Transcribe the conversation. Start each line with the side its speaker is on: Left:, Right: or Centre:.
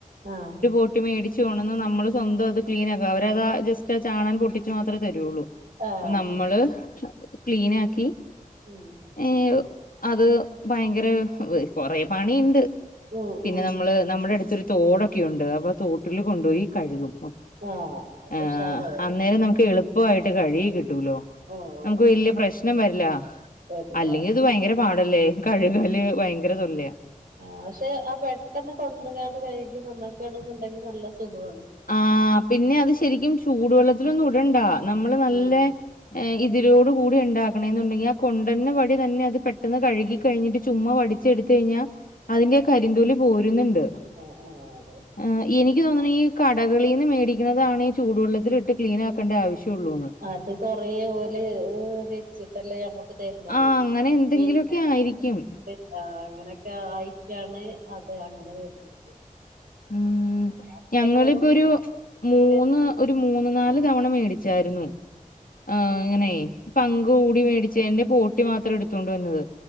Right: ആഹ്
Left: ഒട്ട് മേടിച്ചു കൊണന്ന് നമ്മള് സ്വന്തം അത് ക്ലീൻ ആക്കും അവരത് ജസ്റ്റ് ആ ചാണൻ പൊട്ടിച്ചു മാത്രേ തരുള്ളൂ
Right: ആഹ്
Left: മ്മള് ക്ലീനാക്കി
Right: ഉം
Left: ഏഹ് അത് ഭയങ്കര കൊറെ പണിണ്ട്
Right: ഉം
Left: പിന്നെ
Right: ഉം
Left: നമ്മള് നമ്മുടെ അടുത്തരു തോടൊക്കെയുണ്ട് അപ്പൊ തോട്ടിൽ കൊണ്ടോയി കഴുകും
Right: ആഹ് അപ്പൊ
Left: ആഹ്
Right: ഉഷാറായി
Left: അന്നേരം നമക്ക് എളുപ്പവായിട്ട് കഴുകി കിട്ടൂലോ
Right: ഉം
Left: നമുക്ക് വല്യ പ്രശ്നം വരില്ല
Right: വരില്ല
Left: അല്ലെങ്കിത്
Right: അതന്നെ
Left: ഭയങ്കര പാടല്ലേ കഴുകല് ഭയങ്കര തൊല്ലയാ
Right: ആ പക്ഷെ ആ പെട്ടെന്ന് കൊണ്ടന്ന്ക്കാണ്ട് കഴുകി തിന്നക്കാണ്ന്നുണ്ടെങ്കി നല്ല സുഖാണ്
Left: ആ പിന്നെ അത് ശരിക്കും ചൂടുവെള്ളത്തിലൊന്നും ഇടണ്ട നമ്മള് നല്ല
Right: ഉം
Left: ഏ ഇതിലോടു കൂടി ഉണ്ടാക്കണെന്നുണ്ടെങ്കി ആ കൊണ്ടന്ന പടി തന്നെ അത് പെട്ടെന്ന് കഴുകി കഴിഞ്ഞിട്ട് ചുമ്മ വടിച്ചെടുത്ത് കഴിഞ്ഞാ അതിന്റെ കരിന്തൊലി പോരുന്നുണ്ട്
Right: ആ ആ അതെ
Left: ആ എനിക്ക് തോന്നുന്നു ഈ കടകളിന്ന് മേടിക്കുന്നതാണ് ഈ ചൂടുവെള്ളത്തിൽ ഇട്ട് ക്ലീൻ ആക്കേണ്ട ആവശ്യള്ളൂന്ന്
Right: അത് കൊറേ ഓല് വെ ച്ചിട്ടല്ലേ നമുക്ക് തരുന്നത്
Left: ആഹ് അങ്ങനെ എന്തെങ്കിലുമൊക്കെ
Right: പിന്നെ
Left: ആയിരിക്കും
Right: ആ അങ്ങനെയൊക്കെ ആയിട്ടാണ് അത് അങ്ങനെ വരുന്നത്
Left: ഉം
Right: അല്ലെങ്കി
Left: ഞങ്ങളിപ്പോരു
Right: നമുക്ക്
Left: മൂന്ന്
Right: സമയത്ത്
Left: ഒരു മൂന്ന് നാല് തവണ മേടിച്ചായിരുന്നു
Right: ഉം
Left: ആ ഇങ്ങനെ പങ്ക്
Right: ഉം
Left: കൂടി മേടിച്ചേന്റെ പോട്ടി മാത്രം എടുത്തൊണ്ട് വന്നത്